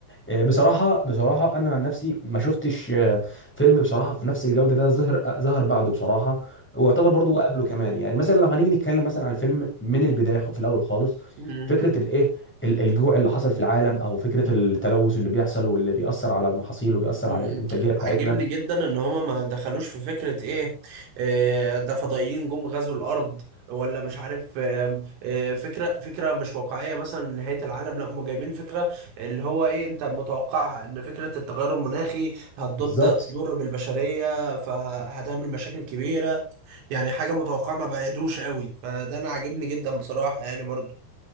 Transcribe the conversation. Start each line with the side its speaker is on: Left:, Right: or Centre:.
Centre: آه، بصراحة بصراحة أنا عن نفسي ما شفتش آه، فيلم بصراحة في نفس الجودة ده ظهر آه، ظهر بعده بصراحة ويعتبر برضو قبله كمان يعني مثلا لو هنيجي نتكلم مثلا عن الفيلم من البداية خ- في الأول خالص
Right: مم.
Centre: فكرة الإيه ال- الجوع اللي حصل في العالم أو فكرة التلوث اللي بيحصل واللي بيأثر على المحاصيل وبيأثر
Right: مم.
Centre: على الإنتاجية بتاعتنا
Right: عاجبني جدا ان هما ما دخلوش في فكرة ايه آه، ده فضائيين جم غزوا الارض ولا مش عارف آه، آه، فكرة فكرة مش واقعية مثلا نهاية العالم لا هما جايبين فكرة اللي هو ايه انت متوقعها ان فكرة التغير المناخي هتبدأ
Centre: بالظبط
Right: تضر بالبشرية فهتعمل مشاكل كبيرة يعني حاجة متوقعة ما بعيدوش قوي فده انا عاجبني جدا بصراحة يعني برضو